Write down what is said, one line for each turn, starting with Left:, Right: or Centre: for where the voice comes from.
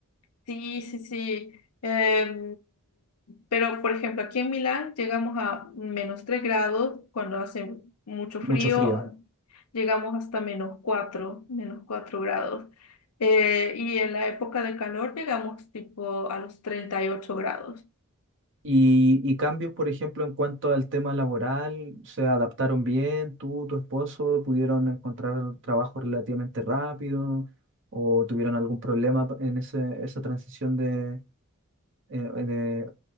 Left: Sí, sí, sí. Em, pero, por ejemplo, aquí en Milán llegamos a menos 3 grados cuando hace mucho
Right: Mucho
Left: frío,
Right: frío.
Left: llegamos hasta menos 4, menos 4 grados. Eh, y en la época de calor llegamos tipo a los treinta y ocho grados.
Right: Y, y cambios, por ejemplo, en cuanto al tema laboral, ¿se adaptaron bien? ¿Tú, tu esposo, pudieron encontrar trabajo relativamente rápido? ¿O tuvieron algún problema pa- en ese, esa transición de, eh, eh, de,